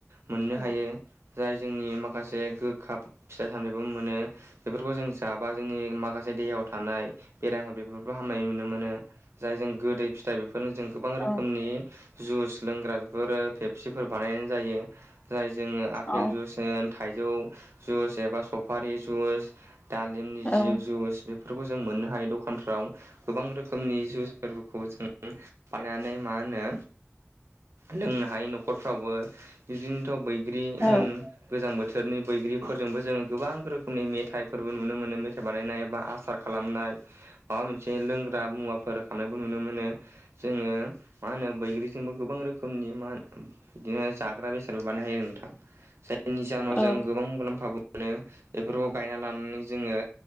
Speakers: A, on the right; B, on the left.
A: मोननो
B: औ
A: हायो। जाय जोंनि माखासे गोखा फिथाइ सामथाइबो मोनो बेफोरखौ जों जाबा जोंनि माखासे देहायाव थानाय बेरामफोर बेफोरखौ हामनाय नुनो मोनो जाय जों गोदै फिथाइ बेफोरनो जों गोबां रोखोमनि
B: औ
A: जुइस लोंग्रा बेफोरो फेपसिफोर बानायनाय जायो जाय जोङो आफपेल
B: औ
A: जुइस होन थाइजौ जुइस एबा सफारि जुस दालिमनि
B: औ
A: जि जुस बेफोरखौ जों मोननो हायो दखानफ्राव गोबां रोखोमनि जुइस फोरबोखौ जों बनानै मा होनो लोंनो हायो न'खरफ्रावबो बिदिनोथ' बैग्रि
B: औ
A: होन गोजां बोथोरनि बैग्रिफोरजोंबो जोङो गोबां रोखोमनि मेथाइफोरबो नुनो मोनो मेथाइ बानायनाय एबा आसार खालामनाय माबा मोनसे लोंग्रा मुवा फोरखांनायखौ नुनो मोनो जोङो मा होनो बैग्रिजोंबो गोबां रोखनि मा बिदिनो जाग्रा बेसादबो बानाय हायो नोंथां। जायनि जाहोनाव
B: औ
A: जों गोबां मुलाम्फाबो मोनो बेफोरखौ गायना लानानै जोङो